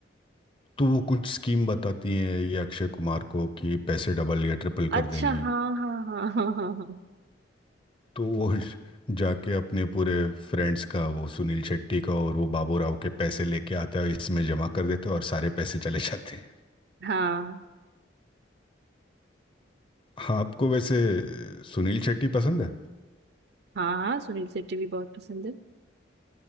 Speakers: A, on the left; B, on the right.
A: तो वो कुछ स्कीम बताती हैं ये अक्षय कुमार को कि पैसे डबल या ट्रिपल
B: अच्छा
A: कर देंगी
B: हाँ हाँ हाँ हाँ हाँ हाँ हाँ
A: तो वो <laughs> जाके अपने पूरे फ्रेंड्स का वो सुनील शेट्टी का और वो बाबू राव के पैसे लेके आता है इसमें जमा कर देते हैं और सारे पैसे चले जाते हैं
B: हाँ
A: हाँ, आपको वैसे सुनील शेट्टी पसंद है
B: हाँ, हाँ, सुनील शेट्टी भी बहुत पसंद है